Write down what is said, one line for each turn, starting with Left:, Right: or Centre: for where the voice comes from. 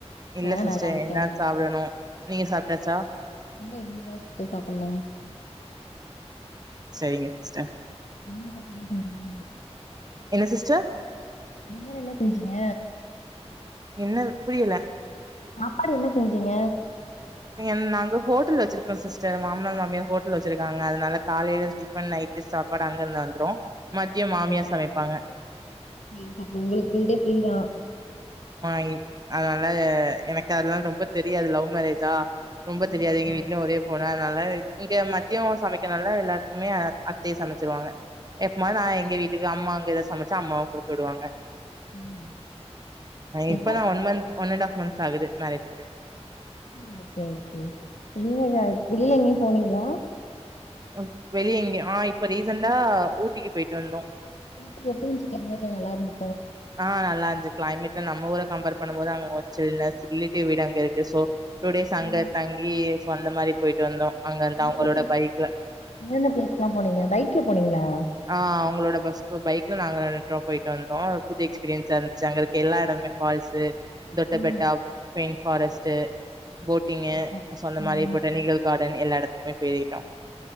Right: இல்ல
Left: ஆ
Right: சிஸ்டர்
Left: நல்லா இருக்கே
Right: எல்லாரு சாப்படணு நீங்க சாப்டாச்சா
Left: ஏ இங்க இனிமேதா சிஸ்டர் சாப்புனு
Right: சேரிங்க சிஸ்டர்
Left: என்ன சாப்பலான்னு தெரியல
Right: என்ன சிஸ்டர்
Left: டின்னர் என்ன செஞ்சீங்க
Right: என்ன புரியல
Left: சாப்பாடு என்ன செஞ்சீங்க
Right: இங்கன் நாங்கோ ஹோட்டல் வச்சிருக்கோ சிஸ்டர் மாமனார் மாமியார் ஹோட்டல் வச்சிருக்காங்க அதனால காலையில டிஃபன் நைட்டு சாப்பாடு அங்க இருந்து வந்துரு மதியம்
Left: அப்பிடியா
Right: மாமியார் சமைப்பாங்க
Left: <unintelligible> உங்களுக்கு ஃபுல் டே ஃபிரிதா
Right: ப் அதனால எனக்கு அதெல்லா ரொம்ப தெரியாது லவ் மேரே ஜா ரொம்ப
Left: ஆ
Right: தெரியாது
Left: ஆ
Right: எங்க வீட்டு்யும ஒரே பொணா அதனால இங்க மத்தியோ சமைக்கனால எல்லாருக்குமே அத்தயே சமைச்சிருவாங்க எப்பமாது நா எங்க வீட்டுக்கு அம்மாங் ங்க எதா சமச்சா‌ அம்மாவு குடுத்துடுவாங்க அ
Left: ஆ,
Right: இப்பதா
Left: எப்போ
Right: one month one and half months ஆகுது நாளைக்குட
Left: ம்‌ ஓகே ஓகே <unintelligible> வெள்ல எங்யு போனீங்ளா?
Right: அ வெளிய எங்யு ஆ இப்ப ரீசண்டா ஊட்டிக்கு போயிட்டு வந்தோ
Left: ஊட்டி எப்டி இந்ச்சு கிளைமேட்லா நல்லாருந்து
Right: ஆ நல்லாந் து கிளைமேட்ல நம்ம ஊர கம்பேர் பண்ணும்போது அங்க சில்னு ரிலேடிவ் வீடு அங்க இருக்கு சோ டூ டேஸ் அங்க
Left: பரவால்ல
Right: தங்கி சோ அந்த மாரி போயிட்டு வந்தோ அங்க இருந்து
Left: எந்தெந்த
Right: அவங்களோட
Left: பிளேஸ்
Right: பைக்ல
Left: எந்தெந்த பிளேஸ்க்லா போனீங்க? பை க் ல போனீங்ளா?
Right: ஆ அவுங்களோ ட பஸ் பைக்ல நாங்க ரெண்டு பேரு போயிட்டு வந்தோ புது எஸ்பீரியன்ஸா இருந்ச்சு அங்கருக்க எல்லா எடம்மே ஃபால்ஸு தொட்டபெட்டா
Left: ம்
Right: பைன்ஃபாரஸ் ட்டு போட்டிங்கு
Left: ம்
Right: சோ அந்த
Left: ம்
Right: மாரி பொட்டானிக்கல் கார் டன் எல்லா எடத்துக்குமே போயிட்டோ